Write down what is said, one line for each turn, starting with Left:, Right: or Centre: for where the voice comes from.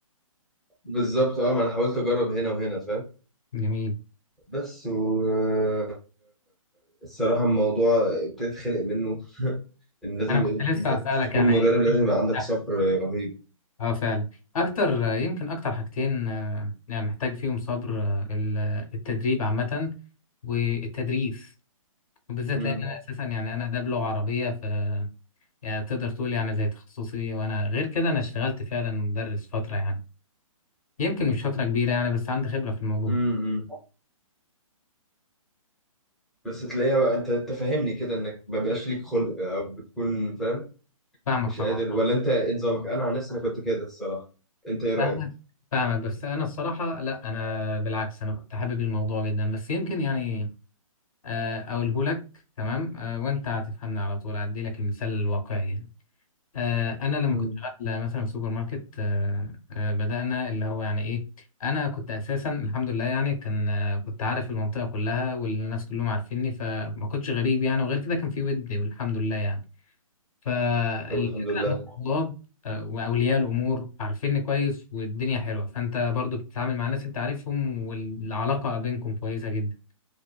Centre: بالظبط اه ما انا حاولت اجرب هنا وهنا فاهم
Left: جميل
Centre: بس والصراحه الموضوع ابتديت خنق منه <laughs> ان لازم
Left: انا كنت
Centre: يبقى-
Left: لسه
Centre: انت
Left: هسألك
Centre: تكون
Left: يعني
Centre: مدرب لازم
Left: إيه
Centre: يبقى عندك
Left: ده؟
Centre: صبر رهيب
Left: اه فعلا اكتر يمكن اكتر حاجتين آه، يعني محتاج فيهم صبر آه، ال- التدريب عامة والتدريس وبالذات
Centre: امم
Left: لان انا اساسا يعني انا ده بلغة عربية ف يعني تقدر تقول يعني زي تخصصي وانا غير كده انا اشتغلت فعلا مدرس فترة يعني يمكن مش فترة كبيرة يعني بس عندي خبرة في الموضوع
Centre: امم بس تلاقيها بقى انت انت فاهمني كده انك ما بقاش ليك خلق او بتكون فاهم
Left: فاهمك
Centre: مش
Left: طبعا
Centre: قادر ولا انت ايه نظامك انا عن نفسي انا كنت كده الصراحه انت ايه رايك
Left: فاهمك فاهمك بس انا الصراحه لا انا بالعكس انا كنت حابب الموضوع جدا بس يمكن يعني آه، اقوله لك تمام آه، وانت هتفهمني على طول هدي لك المثال الواقعي يعني آه، انا لما
Centre: مم.
Left: كنت شغال مثلا في سوبر ماركت آه، آه، بدانا اللي هو يعني ايه انا كنت اساسا الحمد لله يعني كان آه، كنت عارف المنطقه كلها والناس كلهم عارفيني فما كنتش غريب يعني وغير كده كان في ود والحمد لله يعني فالفكرة
Centre: طب الحمد لله
Left: إن الطلاب آه، وأولياء الأمور عارفيني كويس والدنيا حلوة فأنت برضو بتتعامل مع ناس أنت عارفهم والعلاقة ما بينكم كويسة جدا